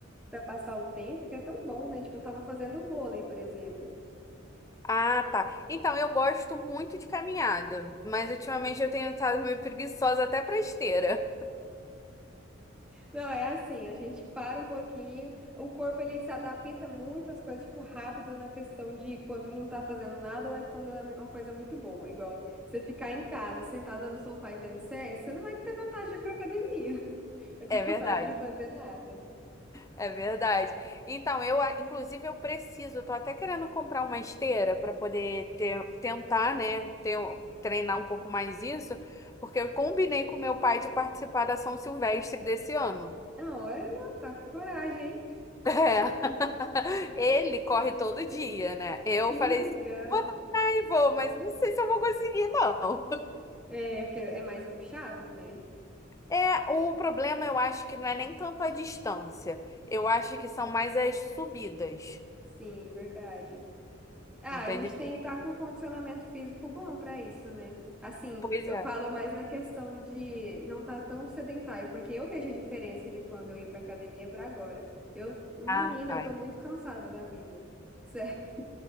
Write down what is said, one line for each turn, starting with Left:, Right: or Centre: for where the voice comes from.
Centre: para passar o tempo, que é tão bom, né? Tipo, eu tava fazendo vôlei, por exemplo.
Left: Ah, tá. Então, eu gosto muito de caminhada, mas ultimamente eu tenho estado meio preguiçosa até pra esteira.
Centre: Não, é assim, a gente para um pouquinho, o corpo ele se adapta muito às coisas, tipo, rápido na questão de quando não tá fazendo nada ou é quando é uma coisa muito boa. Igual você ficar em casa, sentada no sofá e vendo série, você não vai ter vontade de ir pra academia, <laughs> vai ter
Left: É
Centre: vontade
Left: verdade.
Centre: de fazer nada.
Left: É verdade. Então, eu, a- inclusive, eu preciso, eu tô até querendo comprar uma esteira para poder ter, tentar, né, ter, um- treinar um pouco mais isso, porque eu combinei com meu pai de participar da São Silvestre desse ano.
Centre: Ah, olha, tá com coragem, hein?
Left: É. <laughs> Ele corre todo dia, né? Eu
Centre: Que
Left: falei,
Centre: legal.
Left: assim, vou tentar e vou, mas não sei se eu vou conseguir, não.
Centre: É, porque é mais puxado, né?
Left: É, o problema eu acho que não é nem tanto a distância. Eu acho que são mais as subidas.
Centre: Sim, verdade. Ah,
Left: Entendeu?
Centre: a gente tem que estar com um condicionamento físico bom para isso, né? Assim,
Left: Pois
Centre: eu
Left: é.
Centre: falo mais na questão de não estar tão sedentário, porque eu vejo a diferença de quando eu ia para academia para agora. Eu, menina,
Left: Ah, tá.
Centre: eu tô muito cansada da vida. <laughs> Sério.